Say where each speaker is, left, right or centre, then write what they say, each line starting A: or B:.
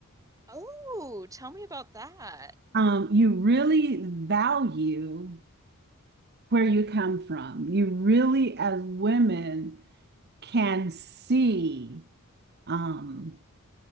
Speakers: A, on the right; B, on the right.
A: Oh, tell me about that.
B: Um, you really value where you come from. You really, as women, can see um,